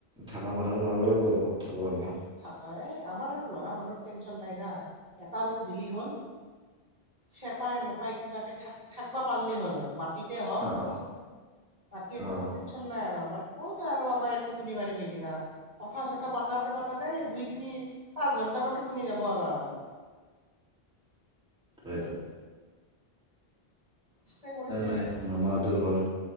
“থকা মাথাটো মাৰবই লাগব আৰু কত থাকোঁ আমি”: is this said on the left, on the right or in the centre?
Centre